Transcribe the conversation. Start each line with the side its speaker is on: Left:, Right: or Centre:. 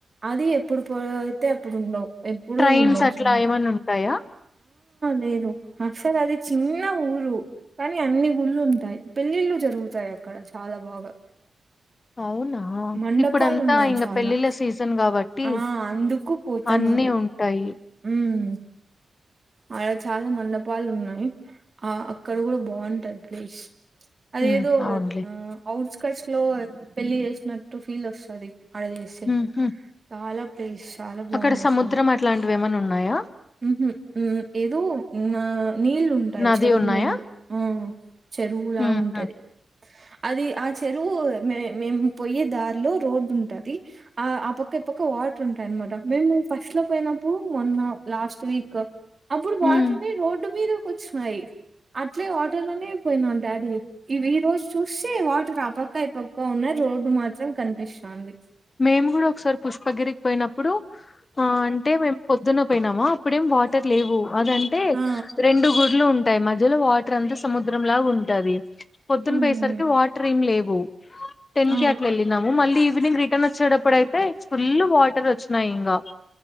Right: అది ఎప్పుడు పో అయితే అప్పుడు ఉండవు ఎప్పుడు
Left: ట్రైన్స్
Right: ఉండవు
Left: అట్లా
Right: చాలా
Left: ఏమన్నుంటాయా? <unintelligible>
Right: లేదు అక్సర్ అది చిన్న ఊరు కానీ అన్ని ఊళ్ళు ఉంటాయి పెళ్ళిళ్ళు జరుగుతాయి అ ఇక్కడ చాలా బాగా
Left: <unintelligible> అవునా
Right: మండపాలు
Left: ఇప్పుడంతా
Right: ఉన్నాయి
Left: ఇంక
Right: చాలా
Left: పెళ్ళిళ్ళ సీజన్ కాబట్టి
Right: ఆ
Left: అ
Right: అందుకు పోతన్నారు
Left: అన్నీ ఉంటాయి
Right: ఉమ్ అడ చాలా మండపాలు ఉన్నాయి ఆ అక్కడ కూడా బాగుంటారు ప్లేస్ అద
Left: హ్మ్.
Right: ఏదో
Left: అవునులే.
Right: ఆ అఔట్స్కట్స్ లో పెళ్లి చేసినట్టు ఫీల్ వస్తుంది అడదిస్
Left: హుహు.
Right: చాలా ప్లేస్ చాలా బాగుంది
Left: అక్కడ సముద్రం
Right: అసలు
Left: అట్లాంటివేమన్నున్నాయా?
Right: హుహు. ఏదో నా నీళ్ళు ఉంటాయి
Left: నది
Right: చెరువు
Left: ఉన్నాయా?
Right: నీళ్ళు ఆ చెరువులాగుంటది
Left: హుహు.
Right: అది ఆ చెరువు మే మేము పోయే దారిలో రోడ్ ఉంటుది ఆ ఆ పక్క తప్పక్క వాటర్ ఉంటాయి అనమాట మేము ఫస్ట్ లో పోయినప్పుడు వన్ లాస్ట్ కు అప్పుడు
Left: హ్మ్.
Right: వాటార్నే రోడ్డు మీద కూ వచ్చన్నాయి అట్లే వాటర్ లోనేయి పోయినా డాడీ ఇవి ఈ రోజు చూసివాటర్ ఆపక్క అయి పక్క ఉన్నది రోడ్డు మాత్రం కనిపిస్తుంది
Left: మేము కూడా ఒకసారి పుష్పగిరికి పోయినప్పుడు ఆ అంటే మేము పొద్దున్న పోయినామా అప్పుడేం వాటర్ లేవు అదంటే
Right: ఆ! ఆ!
Left: రెండు గుడ్లు ఉంట ఉంటాయి మధ్యలో వాటర్ అంతా సముద్రం లాగా ఉంటది పొద్దున
Right: హ్మ్.
Left: పోయేసరికి వాటర్ ఏమి లేవు టెన్
Right: ఆ!
Left: కట్లు వెళ్ళినాము మళ్లీ ఈవినింగ్ ర పక్కన్ వచ్చేటప్పుడు అయితే ఫుల్ వాటర్ వచ్చినాయి ఇంకా